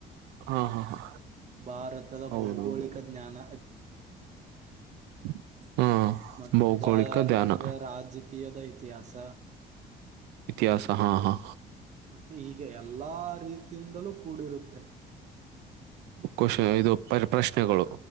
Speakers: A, on the right; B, on the right.
A: ಹಾ ಹಾ ಹಾ
B: ಭಾರತದ
A: ಹೌದೌದು
B: ಭೌಗೋಳಿಕ ಜ್ಞಾನ್
A: <inaudible>
B: ಮತ್
A: ಭೌಗೋಳಿಕ
B: ಬಾ ಭಾರತದ
A: ಧ್ಯಾನ
B: ರಾಜಕೀಯ ಕಿಯದ ಇತಿಹಾಸ
A: ಇತಿಹಾಸ ಹಾ ಹಾ
B: ಮತ್ತೆ ಈಗ ಎಲ್ಲಾ ರೀತಿಯಿಂದಲೂ ಕೂಡಿರುತ್ತೆ
A: ಕ್ವಶನ್ ಇದು ಪ್ರ ಪ್ರಶ್ನೆಗಳು